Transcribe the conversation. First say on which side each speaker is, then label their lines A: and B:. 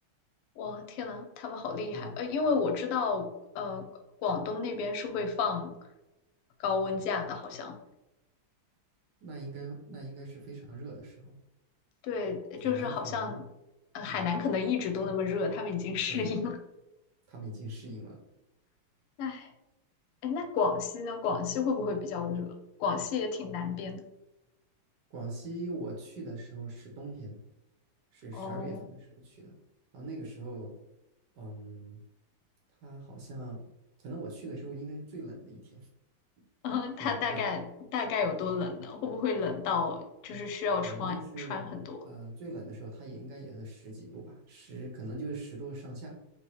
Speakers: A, on the left; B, on the right.
A: <laughs> 哇，天呐，他们好厉害！
B: 对，
A: 呃，因为我知道，呃，广东那边是会放高温假的，好像
B: 那应该那应该是非常热的时候，
A: 对，
B: 海南可能，
A: 就是好像呃，海南可能一直都那么热，
B: 嗯，
A: 他们已经适应了。
B: 对，他们已经适应了。
A: <laughs> 哎，哎，那广西呢？广西会不会比较热？广西也挺南边的
B: 广西我去的时候是冬天，是十二月份的时候去的。
A: 哦。
B: 然后那个时候，嗯，它好像可能我去的时候应该是最冷的一天，
A: 嗯，
B: <laughs> 很遗憾，
A: 它大概大概有多冷呢？会不会冷到就是需要穿穿很多？
B: 可能就是呃最冷的时候，它也应该也是十几度吧，十可能就是十度上下，